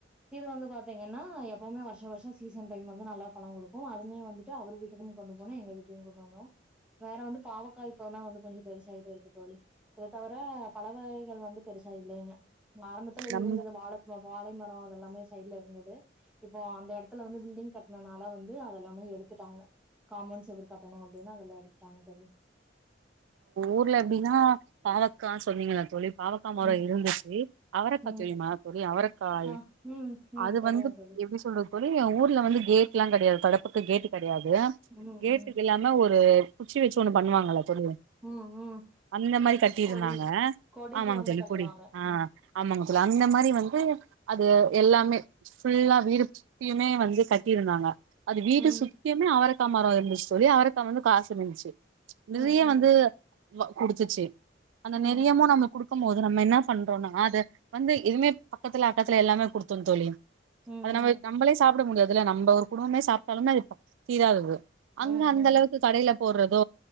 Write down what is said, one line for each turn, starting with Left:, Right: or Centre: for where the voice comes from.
Centre: இது வந்து பாத்தீங்கன்னா எப்பவுமே வருஷோ வருஷோ சீசன் டைம் வந்து நல்லா பழங்குடுக்கு. அது கா அவரு வீட்டுக்கும் கொண்டு போனே எங்க வீட்லயும் கொண்டு போனோ வேற வந்து பாவக்கா இப்பனா வந்து கொஞ்சோ பெருசாய்ட்டு இருக்கு தோழி. இத தவிர பழ வகைகள் வந்து பெருசா இல்லேங்க. ஆரம்பத்துல
Right: நம்
Centre: இருந்துது. வாழ ப வாழை ம ப்பா அதெல்லாமே சைட்ல இருந்துது. இப்போ அந்த இடத்துல வந்து பில்டிங் கட்டினனால வந்து அதெல்லாமே எடுத் டுத்துட்டாங்க. காம்போண் செவுரு கட்டணு அப்படின்னு அதெல்லா எடுத்துட்டாங்க தோழி
Right: ஊர்ல எப்டின்னா, பாவக்கா சொன்னீங்கள தோழி. பாவக்காமரோ
Centre: ம்
Right: இருந்துச்சி. அவரக்கா
Centre: ம்
Right: தெரியுமா தோழி? அவரைக்காய்
Centre: ஆ ம் ம்
Right: அது
Centre: தெரியுங்க
Right: வந்து
Centre: தோழி
Right: எப்டி சொல்றது தொழி ஏ ஊர்ல வந்து கேட்ல்லா கெடயாது தடப்புக்கு கேட்டு கெ கிடயாது.
Centre: ம்
Right: கேட்டுக்கு
Centre: ம்
Right: இல்லாம ஒரு குச்சி வச்சு ஒன்னு பண்ணுவாங்கல்ல தோழி
Centre: ம் ம்
Right: அந்த மாரி கட்டியிருந்தாங்க.
Centre: கொடி கொடிக்கு
Right: ஆமாங்க
Centre: வந்து
Right: தோழி
Centre: கட்டுவாங்க
Right: கொடி ஆஹ்
Centre: ம்
Right: ஆமாங்க தோழி அந்த மாரி வந்து அது எல்லாமே ஃபுல்லா வீடுப்யுமே வந்து கட்டிருந்தாங்க. அது வீடு
Centre: ம்
Right: சுத்தியமே அவரக் க்கா மரம் இருந்துச்சு தோழி அவரக்கா வந்து காச்சு இருன்ச்சு. ச் நிறைய
Centre: ம் ம்
Right: வந் வ குடுச்சுச்சு. அந்த
Centre: ம்
Right: நெறையமும் நம்ம குடு பம்மோது நம்ம என்னா பண்றோனா, அத வந்து எதுமேப் பக்கத்துல அக்கத்துல எல்லாமே குடுத்தோந்தோழி
Centre: ம் ம்
Right: அது நம்ம நம்மளே சாப்ட முடியாது இதுல நம்ப ஒரு குடும்பமே சாப்ட்டாலும்மே அது ப தீராதது அங்க
Centre: ம் ம்
Right: அந்தளவுக்கு கடேல போட்றதோ